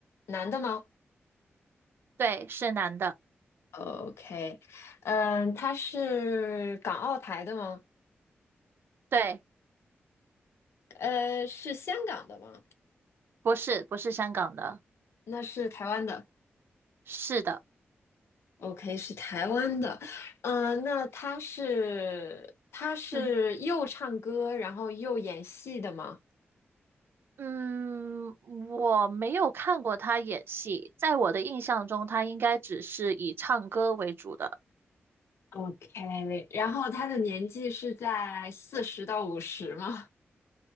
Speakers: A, on the left; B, on the right.
A: 男的吗
B: 对，是男的，
A: ？OK，嗯、他是港澳台的吗？
B: 对，
A: 呃，是香港的吗？
B: 不是不是香港的，
A: 那是台湾的
B: 是的，
A: ，OK，是台湾的，呃，那他是他是又唱歌，
B: <laughs>
A: 然后又演戏的吗
B: 嗯，我没有看过他演戏，在我的印象中，他应该只是以唱歌为主的，
A: ？OK，然后他的年纪是在四十到五十吗？